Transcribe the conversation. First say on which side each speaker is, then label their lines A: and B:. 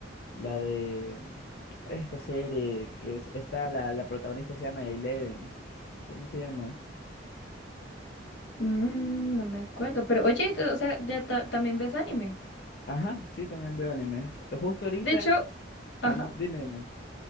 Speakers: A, on the left (about 55°); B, on the left (about 75°).
A: la de mm, esta serie que es... Está la, la protagonista se llama Eleven. ¿Cómo se llama?
B: Mm, no me acuerdo, pero oye, o sea, ya ta- también ves anime.
A: Ajá, sí, también veo anime. Justo ahorita,
B: De hecho, ajá.
A: manda- dime, dime.